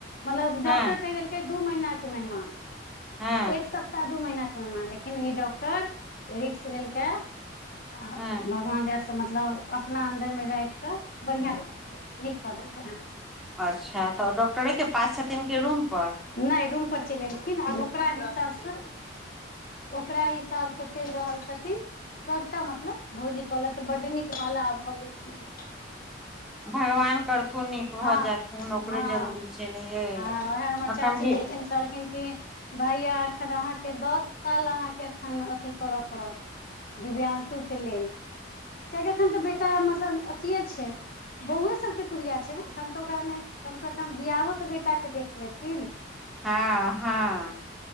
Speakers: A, on the left; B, in the centre.
A: मतलब
B: हँ
A: डॉक्टर कहि देलकै दू महीना कऽ मेहमान
B: हँ
A: एक सप्ताह दू महीना कऽ मेहमान लेकिन ई डॉक्टर रिक्स लेलक भगवान
B: हँ
A: दया सँ से मतलब अपना अन्दर मऽ राइख कऽ बढ़िया <unintelligible> नीक क देलकै हँ
B: अच्छा तऽ डॉक्टरे केँ पास छथिन कि रूमपर
A: नै रूम पर चलेलखिन आब ओकरा हिसाबसँ ओकरा हिसाबसँ चैल रहल छथिन सबटा मतलब भोजी कहलैथ बड्ड नीक माला जब भऽ गेलखिन हँ
B: भगवान करथून नीक भऽ
A: हँ
B: जाथुन ओकरे
A: हँ
B: जरूरी छै ने यै
A: हँ वैहै हमर
B: अखन
A: चाची
B: भी
A: गेलखिन कहलखिन भैया एखैन अहाँकेँ दस साल अहाँकेँ एखैन अथी करऽ पड़त दिव्यांशु केँ लेल कआकि एखन तऽ बेटा मतलब अथीे छै बौए सब कऽ तुरिया छै <unintelligible> ओकरा कम से कम बियाहो तऽ बेटा कऽ देख लेथिन
B: हँ हँ